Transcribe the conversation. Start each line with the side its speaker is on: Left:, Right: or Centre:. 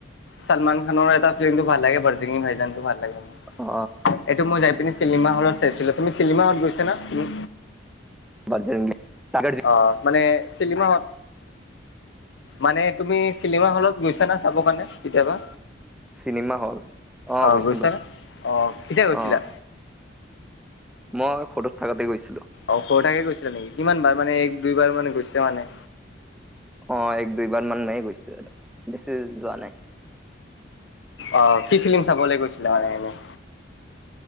Left: চলমান খানৰ এটা ফিল্মটো ভাল লাগে বৰজিঙি ভাইজানটো ভাল লাগে মোৰ।
Centre: অ
Left: এইটো মই যাই পিনি চিনেমা হলত চাইছিলো। তুমি চিনেমা হলত গৈছা না তুমি?
Centre: বাজৰংগী টাইগাৰ
Left: অহ মানে চিনিমাহত। মানে তুমি চিনেমা হলত গৈছা না চাব কাৰণে কেতিয়াবা?
Centre: চিনেমা হল অ
Left: অহ
Centre: গৈছিলো
Left: গৈছানে? অহ কেতিয়া গৈছিলা‌?
Centre: অ মই সৰুত থাকোঁতে গৈছিলো।
Left: অ সৰু থাকে গৈছিলা নেকি? কিমান বাৰ মানে এক দুইবাৰ মানে গৈছিলে মানে?
Centre: অ এক দুইবাৰ মান মে গৈছো আৰু বেছি যোৱা নাই।
Left: অহ কি ফিল্ম চাবলে গৈছিলা মানে এনেই।